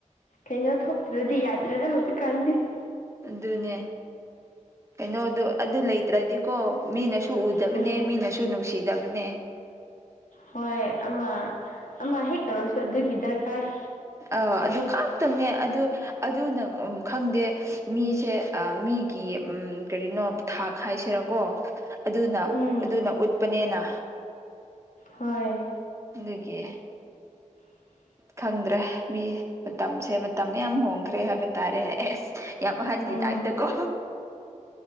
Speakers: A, on the left; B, on the right.
A: ꯀꯩꯅꯣ ꯊꯣꯛꯇ꯭ꯔꯗꯤ ꯌꯥꯗ꯭ꯔꯦꯗ ꯍꯧꯖꯤꯛꯀꯥꯟꯗꯤ
B: ꯑꯗꯨꯅꯦ ꯀꯩꯅꯣꯗꯣ ꯑꯗꯨ ꯂꯩꯇ꯭ꯔꯗꯤꯀꯣ ꯃꯤꯅꯁꯨ ꯎꯗꯕꯅꯦ
A: ꯎꯝ
B: ꯃꯤꯅꯁꯨ ꯅꯨꯡꯁꯤꯗꯕꯅꯦ
A: ꯍꯣꯏ ꯑꯃ ꯑꯃ ꯍꯦꯛ ꯇꯧꯔꯁꯨ ꯑꯗꯨꯒꯤ ꯗꯔꯀꯥꯔ
B: ꯑꯥꯎ ꯑꯗꯨ ꯈꯥꯛꯇꯪꯅꯦ ꯑꯗꯨ ꯑꯗꯨ ꯅꯪ ꯈꯪꯗꯦ ꯃꯤꯁꯦ ꯑ ꯃꯤ ꯑꯒꯤ ꯎꯝ ꯀꯔꯤꯅꯣ ꯊꯥꯛ ꯍꯥꯏꯁꯤꯔꯀꯣ ꯑꯗꯨꯅ
A: ꯎꯝ
B: ꯑꯗꯨꯅ ꯎꯠꯄꯅꯦꯅ
A: ꯍꯣꯏ
B: ꯑꯗꯨꯒꯤ
A: <unintelligible>
B: ꯈꯪꯗ꯭ꯔꯦ ꯃꯤ ꯃꯇꯝꯁꯦ ꯃꯇꯝ ꯌꯥꯝ ꯍꯣꯡꯈ꯭ꯔꯦ ꯍꯥꯏꯕ ꯇꯥꯔꯦ ꯑꯦꯁ ꯌꯥꯝ ꯑꯍꯟꯒꯤ
A: ꯎꯝ
B: ꯇꯥꯏꯞꯇꯀꯣ